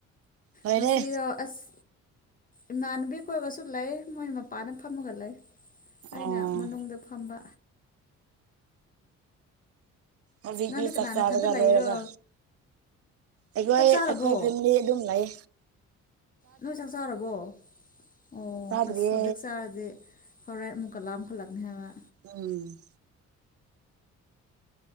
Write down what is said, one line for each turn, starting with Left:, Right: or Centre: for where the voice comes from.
Right: ꯂꯣꯏꯔꯦ
Left: ꯃꯁꯤꯁꯗ ꯑꯁ ꯏꯃꯥꯟꯕꯤ ꯀꯣꯏꯕꯁꯨ ꯂꯩ ꯃꯣꯏꯅ ꯃꯄꯥꯅ ꯐꯝꯃꯒ ꯂꯩ
Right: ꯑꯣ
Left: ꯑꯩꯅ ꯃꯅꯨꯡꯗ ꯐꯝꯕ
Right: ꯍꯧꯗꯤꯒꯤ
Left: ꯅꯪꯗꯤ ꯀꯅꯥ
Right: ꯇꯔꯀꯥꯗꯒ
Left: ꯅꯊꯟꯇ ꯂꯩꯔꯣ
Right: ꯂ ꯑꯣꯏꯌꯦꯒ ꯑꯩꯈꯣꯏ
Left: ꯆꯥꯛ ꯆꯥꯔꯕꯣ
Right: ꯑꯩꯈꯣꯏ ꯐꯦꯃꯤꯂꯤ ꯑꯗꯨꯝ ꯂꯩ
Left: ꯅꯣꯏ ꯆꯥꯛ ꯆꯥꯔꯕꯣ ꯑꯣ
Right: ꯆꯥꯗ꯭ꯔꯤꯌꯦ
Left: ꯑꯁ ꯍꯧꯖꯤꯛ ꯆꯥꯔꯗꯤ ꯍꯣꯔꯏ ꯑꯃꯨꯛ ꯒꯥ ꯑꯃ ꯐꯜꯂꯥꯛꯅ ꯍꯥꯏꯔ
Right: ꯎꯝ